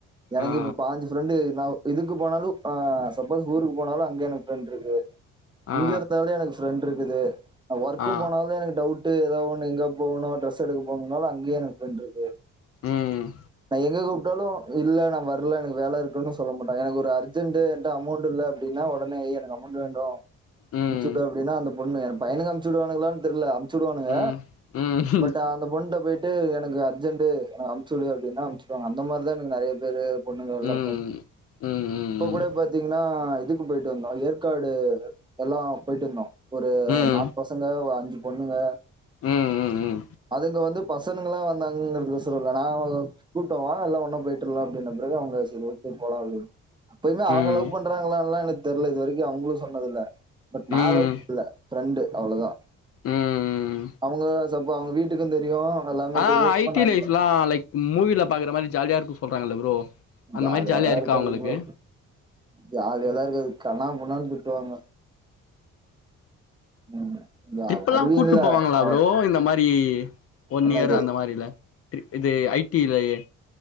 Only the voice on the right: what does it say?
எனக்கு
இப்ப பாஞ்சு ஃப்ரெண்டு நௌ இது க்கு போனாலு ஆ சப்போஸ் ஊருக்கு போனாலு அங்கெனக் இருக்கு
இங்க இருந்தாலு எனக் ஃப்ரெண்ட் இருக்குது நா ஒர்க்கு
போனாவ்தா எனக் டவுட் டு எதாவ் ஒன்னு எங்கா போணு ட்ரெஸ் எடுக்க போணும்னாலு அங்கையி எனக் ஃப்ரெண்டிருக்கு
நா எங்க கூப்ட்டாலு இல்ல நா வர்ல எனக்கு வேல இருக்குன்னு சொல்ல மாட்டாங்க எனக்கு ஒரு அர்ஜென்ட்டு என்ட்ட அமோண்ட்டில் ல அப்டினா ஒடனே ஏய் எனக்கு அமோண்டு வாய்ண்டு வா
அம்ச்சுட்டாப்டினா அந்த பொண்ணு எ பையனுக்கு அம்ச்சுடுவானுக்கிலான் தெர்ல சுடுவானுக
பட் அந்த பொண்ட்ட போயிட்டு எனக்கு அர்ஜென் அம்ச்சுடு அப்டினா அம்ச்சிடு வாங்க அந்த மாத்ரிதா எனக்கு நெறையா பேரு பொண்ணுங்கல்லா
போ
இப்ப கூட பாத்தீங்கன்னா இதுக்கு போயிட்டு வந்தோ அது ஏற்காடு எல்லா போயிட்டு வந்தோ ஒரு
நால் பசங்க அஞ்சு பொண்ணுங்க
அதுங்க வந்து பசங்கங்கால வந்தாங்கங்கிறதகொசரோ இல்ல நா கூப்ட்ட வா எல்லா ஒன்னா போயிட்டு வர்லா அப்டின பிறகு அவுங்க செரி ஓகே போலா அப்டின் அப்பயிமே
அவுங்க லவ் பண்றாங்களல்லா எனக்கு தெர்ல இது வரைக்கு அவங்களு சொன்னதில்ல பட்
நா லவ் பண்ல்ல ஃப்ரெண்டு் அவ்ள தா
அவங்க சப்ப அவ்ங்க வீட்டுக்கு தெரியு எல்லாமே
தெரியு சும்மா
நார்மலா
ஜாலியாலா
இருக்காது
ப்ரோ ஜாலியாலா இருக்காது கன்னா புன்னான்த் திட்டுவாங்க ம் யா
வருவீங்கள
அவ
என்னது